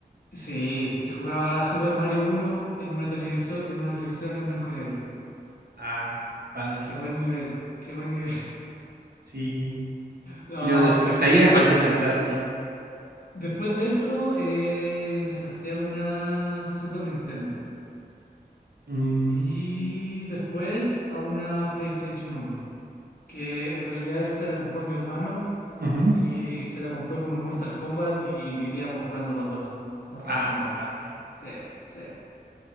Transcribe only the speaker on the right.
Ah, qué padre.
Sí.
Y luego después
ahí, ¿a cuál te saltaste?
Mm,
ujú.
Ah,
qué padre.